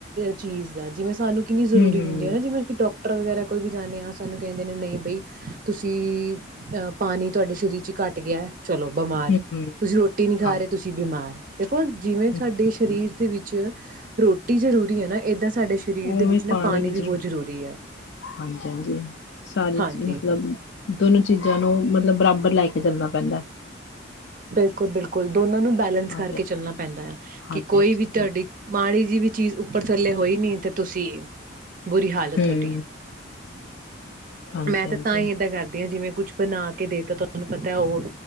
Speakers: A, on the right; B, on the left.
A: ਚੀਜ਼ ਦਾ ਜਿਵੇਂ ਸਾਨੂੰ ਕਿੰਨੀ ਜ਼ਰੂਰੀ
B: ਹੂੰ ਹੂੰ
A: ਹੁੰਦੀ ਹੈ ਨਾ ਜਿਵੇਂ ਡਾ ਡਾਕਟਰ ਵਗੈਰਾ ਕੋਈ ਵੀ ਜਾਂਦੇ ਹਾਂ ਸਾਨੂੰ ਕਹਿੰਦੇ ਨੇ ਨਹੀਂ ਬਈ ਤੁਸੀਂ ਪਾਣੀ ਤੁਹਾਡੇ ਸਰੀਰ 'ਚ ਘੱਟ ਗਿਆ ਚਲੋ ਬਿਮਾਰ
B: ਹੂੰ ਹੂੰ
A: ਤੁਸੀਂ ਰੋਟੀ ਨਹੀਂੀ ਖਾ
B: ਹਾਂਜੀ
A: ਰਹੇ ਤੁਸੀਂ ਬਿਮਾਰ ਦੇਖੋ ਜਿਵੇਂ
B: ਹੂੰ
A: ਸਾਡੇ ਸਰੀਰ ਦੇ ਵਿੱਚ ਚ ਰੋਟੀ ਜ਼ਰੂਰੀ ਹੈ ਨਾ ਏਦਾਂ ਸਾਡੇ ਸਰੀਰ
B: ਉਵੇਂ
A: ਦੇ ਵਿੱਚ ਨਾ
B: ਪਾਣੀ ਵੀਰਤ
A: ਵੀ ਬਹੁਤ ਜ਼ਰੂਰੀ ਆ
B: ਹਾਂਜੀ ਹਾਂਜੀ ਸਾਰੀ
A: ਹਾਂਜੀ
B: ਮਤਲਬ ਦੋਨੋ ਚੀਜ਼ਾਂ ਨੂੰ ਮਤਲਬ ਬਰਾਬਰ ਲੈ ਕੇ ਇਹ ਚੱਲਣਾ ਪੈਂਦਾ
A: ਬਿਲਕੁਲ ਬਿਲਕੁਲ ਦੋਨਾਂ ਨੂੰ ਬੈਲੈਂਸ
B: ਹਾਂਜੀ
A: ਕਰਕੇ ਚੱਲਣਾ ਪੈਂਦਾ ਆ
B: ਹਾਂਜੀ
A: ਕਿ ਕੋਈ
B: ਹਾਂਜੀ
A: ਵੀ ਤੁਹਾਡੀ
B: ਹਾਂਜੀ
A: ਮਾੜੀ ਜੀ ਵਿੱਚ ਚੀਜ਼ ਉੱਪਰ ਥੱਲੇ ਹੋਈ ਨੀ ਤੇ ਤੁਸੀਂ ਬੁਰੀ ਹਾਲ ਹੈ
B: ਹੂੰ
A: ਤੁਹਾਡੀ
B: ਹਾਂਜੀ
A: ਮੈਂ ਤਾਂ
B: ਹਾਂਜੀ
A: ਤਾਂ ਹੀ ਏਦਾਂ ਕਰਦੀ ਹਾਂ ਜੀ ਜਿਵੇਂ ਕੁਛ ਬਣਾ ਕੇ ਦੇਤਾ ਤੁਹਾਨੂੰ ਪਤਾ ਉਹ